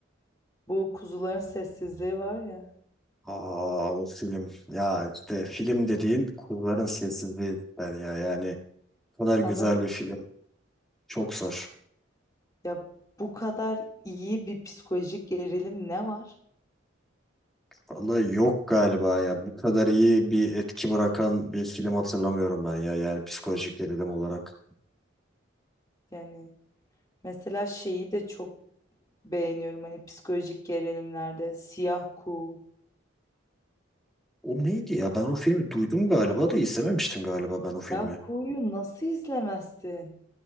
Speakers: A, on the left (about 20°); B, in the centre.
A: Bu Kuzuların Sessizliği var ya.
B: Aa o film. Ya işte film dediğin kulların sessizliği cidden ya. Yani bu
A: Sana
B: kadar güzel
A: bir-
B: bir film. Çok zor.
A: ya bu kadar iyi bir psikolojik gerilim ne var?
B: Vallahi yok galiba ya. Bu kadar iyi bir etki bırakan bir film hatırlamıyorum ben ya. Yani psikolojik gerilim olarak.
A: Yani mesela şeyi de çok beğeniyorum hani psikolojik gerilimlerde Siyah Kuğu.
B: O neydi ya? Ben o filmi duydum galiba da izlememiştim galiba ben o filmi.
A: Ya Kuğu'yu nasıl izlemezsin?